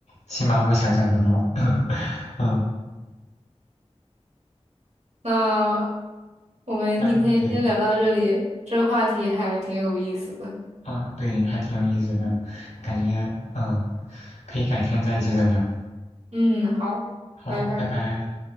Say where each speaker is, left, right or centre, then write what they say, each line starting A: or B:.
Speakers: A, on the left; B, on the right.
A: 起码我想象不到。<laughs> 嗯，
B: 那我们今天先聊到这里，
A: 那对，
B: 这话题还挺有意思的。
A: 啊对，还挺有意思的，感觉嗯可以改天再接着聊。
B: 嗯，好，
A: 好，
B: 拜拜。
A: 拜拜。